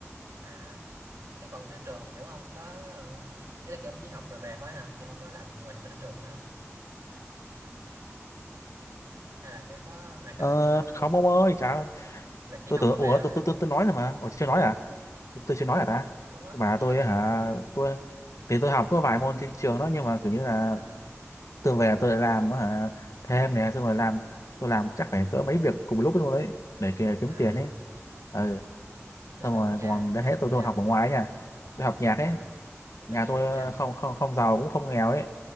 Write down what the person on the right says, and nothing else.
à thế còn trên trường kiểu ông có ờ, ý là kiểu ông chỉ học rồi về thôi hả chứ không có làm gì ngoài ở trên trường nữa hả hay là cái có hoạt
động này
kia
là chỉ
học
rồi
về thôi
ờ,
ông ông không nói ông
chỉ
học rồi
về
à,
ừ.
à
tôi
tưởng
nhà
nhà
ông
giàu
à
tôi
tưởng nhà
ông giàu
chứ